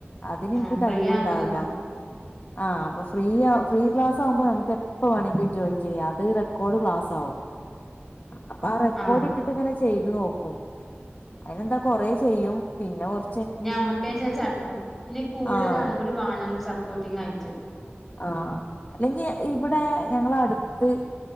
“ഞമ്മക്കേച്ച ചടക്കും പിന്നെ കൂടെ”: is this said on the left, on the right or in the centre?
Centre